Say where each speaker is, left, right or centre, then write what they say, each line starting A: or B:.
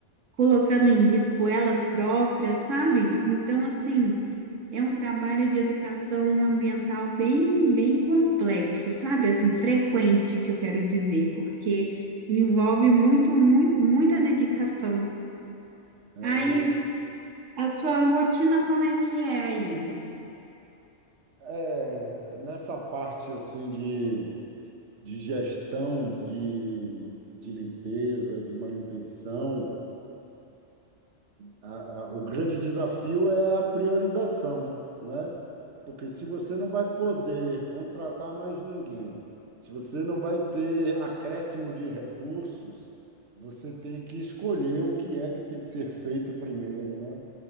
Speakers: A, on the right (about 90°); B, on the right (about 70°).
A: colocando em risco elas próprias, sabe? Então, assim, é um trabalho de educação ambiental bem, bem complexo, sabe? Assim, frequente, que eu quero dizer, porque envolve muito, muito, muita dedicação.
B: É,
A: Aí,
B: eu en-
A: a sua rotina, como é que é aí?
B: é, nessa parte assim de de gestão de, de limpeza, de manutenção, a- a- o grande desafio é a priorização, né? Porque se você não vai poder contratar mais ninguém, se você não vai ter acréscimo de recursos, você tem que escolher o que é que tem que ser feito primeiro, né?